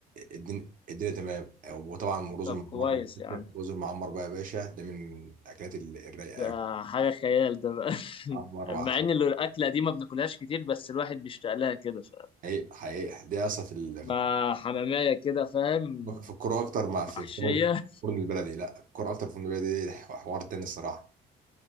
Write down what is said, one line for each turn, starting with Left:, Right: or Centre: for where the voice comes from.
Right: الدنيا الدنيا تمام وطبعا الرز
Left: طب
Right: المعمر
Left: كويس
Right: بقى يا
Left: يا عم
Right: باشا- الرز المعمر بقى يا باشا ده من الاكلات ال- الرايقه
Left: ده
Right: أوي.
Left: حاجه خيال ده بقى <laughs>
Right: معمر وعلى
Left: مع ان اللي الاكله دي ما بناكلهاش كتير بس الواحد بيشتاق لها كده فاهم
Right: حقيقي حقيقي دي اصلا في ال-
Left: مع
Right: في الكوره
Left: حماميه كده فاهم
Right: في الكوره اكتر مع
Left: محشيه
Right: في الفرن الفرن البلدي لا في الكوره اكتر في الفرن البلدي دي حوار تاني الصراحه